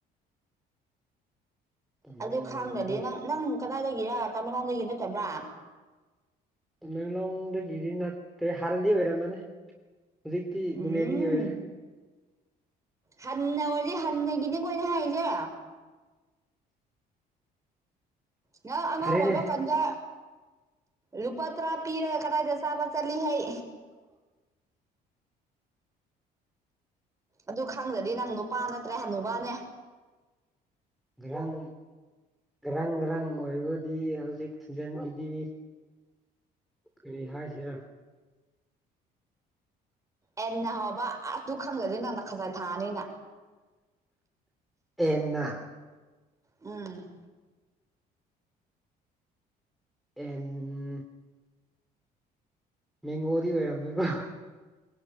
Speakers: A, in the centre; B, on the right.
A: ꯇꯃꯦꯡꯂꯣꯡꯗ
B: ꯑꯗꯨ ꯈꯪꯗ꯭ꯔꯗꯤ ꯅꯪ ꯅꯪ ꯀꯗꯥꯏꯗꯒꯤꯔ ꯇꯥꯃꯡꯂꯝꯗꯒꯤ ꯅꯠꯇꯕ꯭ꯔꯥ
A: ꯃꯦꯡꯂꯣꯡꯗꯒꯤꯗꯤ ꯅꯠꯇ꯭ꯔꯦ ꯍꯥꯟꯅꯗꯤ ꯑꯣꯏꯔꯝꯃꯅꯤ ꯍꯧꯖꯤꯛꯇꯤ
B: ꯎꯝ
A: ꯅꯣꯅꯦꯗꯒꯤ ꯑꯣꯏꯔꯦ
B: ꯍꯟꯅ ꯑꯣꯏꯗꯤ ꯍꯟꯅꯒꯤꯅꯦ ꯑꯩꯈꯣꯏꯅ ꯍꯥꯏꯁꯦ ꯉꯪ ꯑꯉꯥꯡꯕ
A: ꯐꯔꯦꯅꯦ
B: ꯀꯟꯗ ꯂꯨꯄꯥ ꯇꯔꯥ ꯄꯤꯔꯒ ꯀꯗꯥꯏꯗ ꯆꯥꯕ ꯆꯠꯂꯤ ꯍꯥꯏ ꯑꯗꯨ ꯈꯪꯗ꯭ꯔꯗꯤ ꯅꯪ ꯂꯣꯄꯥ ꯅꯠꯇ꯭ꯔꯦ ꯍꯅꯨꯕꯥꯅꯦ
A: ꯔꯪ ꯔꯪ ꯔꯪ ꯑꯣꯏꯕꯗꯤ ꯍꯧꯖꯤꯛ ꯊꯤꯟꯖꯤꯟꯒꯤꯗꯤ ꯀꯔꯤ ꯍꯥꯏꯁꯤꯔ
B: ꯑꯦꯟꯅ ꯍꯕ ꯑꯁ ꯑꯗꯨ ꯈꯪꯖꯗꯦ ꯅꯪꯅ ꯈꯖꯥꯏ ꯊꯥꯑꯅꯤꯅ
A: ꯑꯦꯅꯥ
B: ꯎꯝ
A: ꯑꯦꯟ ꯃꯦꯡꯒꯣꯗꯤ ꯑꯣꯏꯔꯝꯃꯦꯀꯣ